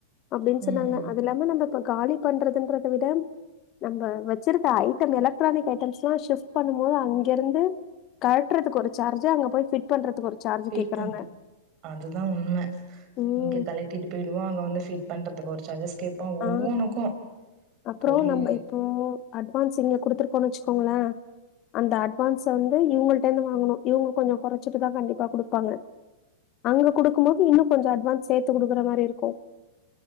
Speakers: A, on the left; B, on the right.
A: அப்டின்னு சொன்னாங்க
B: ம் ம்
A: அது இல்லாம நம்ம இப்ப காலி பண்றதன்றத விட நம்ம வச்சிருந்த ஐட்டம் எலக்ட்ரானிக் ஐட்டம்ஸ் எல்லா ஷிஃப்ட் பண்ணும் போது அங்கிருந்து கழட்றதுக்கு ஒரு சார்ஜர் அங்க போய்ட் பண்றதுக்கு ஒரு சார்ஜு
B: வெயிட்
A: கேக்குறாங்க.
B: பண்து அதுதா உண்ம
A: ம்.
B: இங்க தலை கூட்டிட்டு போயிடுவா அங்கே வந்து பிட் பண்றதுகு ஒரு சஜஸ் கேட்பா
A: ஆ.
B: ஒவ்வொனுக்கு
A: அப்புறம்
B: பொருள்
A: நம்ம இப்போ அட்வான்ஸ் இங்க குடுத்துருகோனு வச்சிகோங்களே அந்த அட்வான்ஸ வந்து இவங்கள்டே இருந்து வாங்கணு இவங்க கொஞ்சசோ கொறைச்சிட்டு தா கண்டிப்பா கொடுபாங்க அங்க குடுக்கும்போது இன்னு கொஞ்சோ அட்வான்ஸ் சேத்து கொடுக்ற மாரி இருக்கும்